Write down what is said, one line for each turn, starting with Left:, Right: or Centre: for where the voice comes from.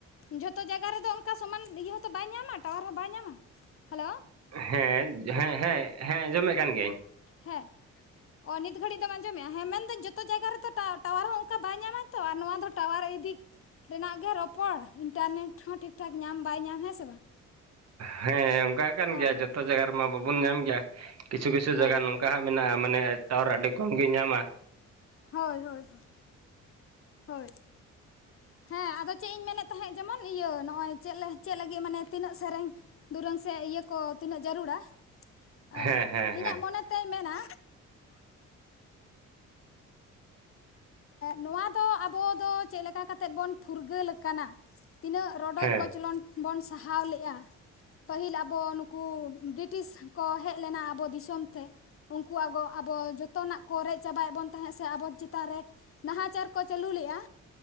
Left: ᱡᱷᱚᱛᱚ ᱡᱟᱭᱜᱟ ᱨᱮᱫᱚ ᱚᱱᱠᱟ ᱥᱚᱢᱟᱱ ᱤᱭᱟᱹ ᱛᱚ ᱵᱟᱭ ᱧᱟᱢᱟ ᱴᱟᱣᱟᱨ ᱦᱚᱸ ᱵᱟᱭ ᱧᱟᱢᱟ ᱦᱮᱞᱳ
Right: ᱦᱮᱸ ᱦᱮᱸ ᱦᱮᱸ ᱦᱮᱸᱚᱢᱮᱫ ᱠᱟᱱ ᱜᱤᱭᱟᱹᱧ
Left: ᱦᱮᱸ ᱚ ᱱᱤᱛ ᱜᱷᱟᱹᱲᱤᱡ ᱫᱚᱢ ᱟᱸᱡᱚᱢᱮᱫᱼᱟ ᱦᱮᱸ ᱢᱮᱱᱫᱟᱹᱧ ᱡᱚᱛᱚ ᱡᱟᱭᱜᱟ ᱨᱮᱛ ᱴᱟᱣᱟᱨ ᱦᱚᱸ ᱵᱟᱭ ᱧᱟᱢᱟ ᱛᱚ ᱟᱨ ᱱᱚᱣᱟ ᱫᱚ ᱴᱟᱣᱟᱨ ᱤᱫᱤ ᱨᱮᱱᱟᱜ ᱜᱮ ᱨᱚᱯᱚᱲ ᱤᱱᱴᱟᱨᱱᱮᱴ ᱦᱚᱸ ᱴᱷᱤᱠ ᱴᱷᱟᱠ ᱧᱟᱢ ᱵᱟᱭ ᱧᱟᱢ ᱦᱮᱸ ᱥᱮ ᱵᱟᱝ
Right: ᱦᱮᱸ ᱚᱱᱠᱟ ᱠᱟᱱ
Left: ᱚ
Right: ᱜᱮᱭᱟ ᱡᱚᱛᱚ ᱡᱟᱭᱜᱟ ᱨᱮᱢᱟ ᱵᱟᱵᱚᱱ ᱧᱟᱢ ᱜᱮᱭᱟ ᱠᱤᱪᱷᱩ ᱠᱤᱪᱷᱩ
Left: ᱦᱮᱸ
Right: ᱡᱟᱭᱜᱟ
Left: ᱦᱮᱸ
Right: ᱱᱚᱝᱠᱟ ᱦᱟᱸᱜ ᱢᱮᱱᱟᱜᱼᱟ ᱢᱟᱱᱮ ᱴᱟᱣᱟᱨ ᱟᱹᱰᱤ ᱠᱚᱢ ᱜᱮ ᱧᱟᱢᱟ
Left: ᱦᱳᱭ ᱦᱳᱭ ᱦᱳᱭ ᱦᱳᱭ ᱦᱮᱸ ᱟᱫᱚ ᱪᱮᱫ ᱤᱧ ᱢᱮᱱᱮᱫ ᱛᱟᱦᱮᱸᱫ ᱡᱮᱢᱚᱱ ᱤᱭᱟᱹ ᱱᱚᱜᱼᱚᱭ ᱪᱮᱫ ᱪᱮᱫ ᱞᱟᱹᱜᱤᱫ ᱢᱟᱱᱮ ᱛᱤᱱᱟᱹᱜ ᱥᱮᱨᱮᱧ ᱫᱩᱨᱟᱹᱝ ᱥᱮ ᱤᱭᱟᱹ ᱠᱚ ᱛᱤᱱᱟᱹᱜ ᱡᱟᱹᱨᱩᱲᱟ ᱮᱸ
Right: ᱦᱮᱸ ᱦᱮᱸ
Left: ᱤᱧᱟᱹᱜ
Right: ᱦᱮᱸ
Left: ᱢᱚᱱᱮᱛᱮᱭ ᱢᱮᱱᱟ ᱱᱚᱣᱟ ᱫᱚ ᱟᱵᱚ ᱫᱚ ᱪᱮᱫ ᱞᱮᱠᱟ ᱠᱟᱛᱮᱫ ᱵᱚᱱ ᱯᱷᱩᱨᱜᱟᱹᱞ ᱟᱠᱟᱱᱟ ᱛᱤᱱᱟᱹᱜ ᱨᱚᱰᱚᱡ
Right: ᱦᱮᱸ
Left: ᱠᱚᱪᱞᱚᱱ ᱵᱚᱱ ᱥᱟᱦᱟᱣ ᱞᱮᱫᱼᱟ ᱯᱟᱹᱦᱤᱞ ᱟᱵᱚ ᱱᱩᱠᱩ ᱵᱨᱤᱴᱤᱥ ᱠᱚ ᱦᱮᱡ ᱞᱮᱱᱟ ᱟᱵᱚ ᱫᱤᱥᱚᱢ ᱛᱮ ᱩᱱᱠᱩᱣᱟᱜᱚ ᱟᱵᱚ ᱡᱚᱛᱚᱱᱟᱜ ᱠᱚ ᱨᱮᱡ ᱪᱟᱵᱟᱭᱮᱫ ᱵᱚᱱ ᱛᱟᱦᱮᱸᱫ ᱥᱮ ᱟᱵᱚ ᱪᱮᱛᱟᱱ ᱨᱮ ᱱᱟᱦᱟᱪᱟᱨ ᱠᱚ ᱪᱟᱹᱞᱩ ᱞᱮᱫᱼᱟ